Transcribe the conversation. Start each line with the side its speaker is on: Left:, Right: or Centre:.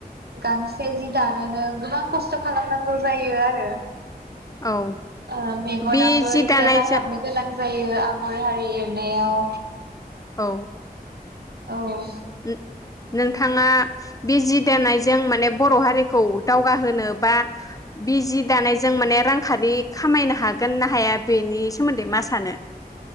Right: गांसे जि दा नोनो गोबां खस्थ खालामनांगौ जायोआरो
Left: औ
Right: ओ मेगनाबो
Left: बे जि
Right: एसे
Left: दानायजों
Right: नायहाबनो गोनां जायो आगर हारि एरनायाव
Left: औ
Right: औ
Left: नों-नोंथाङा बि जि दानायजों माने बर हारिखौ दावगाहोनो बा बि जि दानायजों माने रांखारि खामायनो हागोन ना हाया बेनि सोमोन्दै मा सानो